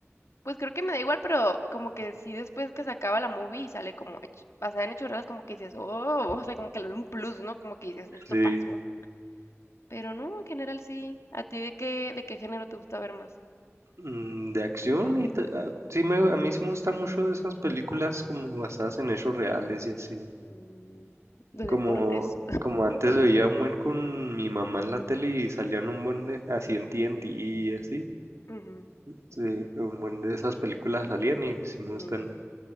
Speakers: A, on the left; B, on the right.
A: pues creo que me da igual, pero como que sí después que se acaba la movie y sale como hech- basada en hechos reales, como que dices, oh, o sea, como que le da un plus, ¿no? Como que dices, esto
B: Sí,
A: pasó. Pero no, en general sí. ¿A ti de qué, de qué género te gusta ver más?
B: mm, de acción y ta- ah, sí me, a mí sí me gustan mucho de esas películas como basadas en hechos reales y así.
A: Mm, de
B: Como,
A: deportes.
B: como antes veía un buen con mi mamá en la tele y salían un buen de así en TNT y así.
A: Ujú,
B: Sí, un buen de esas películas salían y sí me gustan
A: mm,